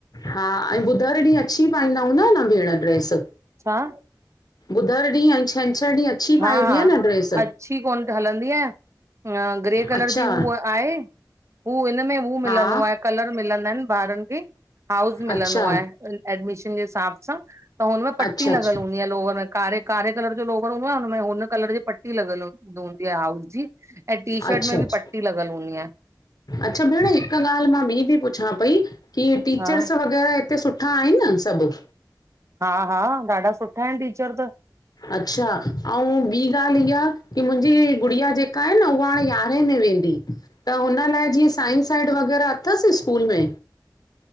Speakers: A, on the left; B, on the right.
A: हां, ऐं ॿुधरु ॾींहुं अची पाईंदा हूंदा न भेण ड्रेस?
B: छाा?
A: ॿुधरु ॾींहुं, ऐं छंछरु ॾींहुं, अछी
B: हा
A: पाइबी
B: हा
A: आहे न ड्रेस?
B: अच्छी, कोन हलंदी आहे। ग्रे कलर
A: अच्छा
B: जी हू आहे। हू हिनम गुरू
A: हा
B: मिलंदो, कलर मिलदो आहे, बारनि खे हास मिलंदो
A: अच्छा
B: आहे। एडमिशन जे हिसाब सां त, हुनमें पटी
A: अच्छा अच्छा
B: लॻल हूंदी आहे लोवर में। कारे, कारे कलर जो लोवर हुँदो, आ उनो हुन में हुनन कलर जे पटी लॻल ह हूंदी आहे हाउल जी। ऐं, टी शर्ट
A: अच्छा
B: में
A: अच्छा
B: बि पटी लॻल हूंदी आहे।
A: अच्छा, भेण, हिकु ॻाल्हि मां ॿीं बि पुछां पई की टीचर्स
B: हा
A: वग़ैरह हिते सुठ हां, आह न सभु?
B: हां, हां। ॾाढा सुठा आहिन टीचर त।
A: अच्छा, ऐं, ॿी ॻाल्हि इहा की मुंहिंजी गुड़िया जेका आहे न, उहा हाणे य यरा मां वेंदी त हुन लाइ जीअं, साइन साइड वग़ैरह अथसि स्कूल में?